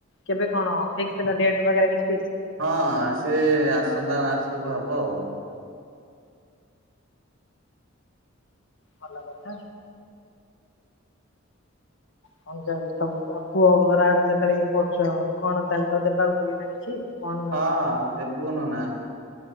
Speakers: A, on the left (about 65°); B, on the right (about 75°).
A: କେବେ କଣ ଫିକ୍ସି ହେଲ <unintelligible>
B: ହଁ ସିଏ ଆସନ୍ତା ମାସକୁ ହବ ଆଉ।
A: ଭଲ କଥ। କଣ କହିଲ ତମ ପୁଅ ଘର ଆଡୁ ଯେତେବେଳେ ଇଏ କରୁଛ କଣ ତାହେଲେ ତ ଦେବାକୁ ପଡିବ ନାଇ କି? କ <unintelligible>
B: ହଁ ଦେବୁ ନନା।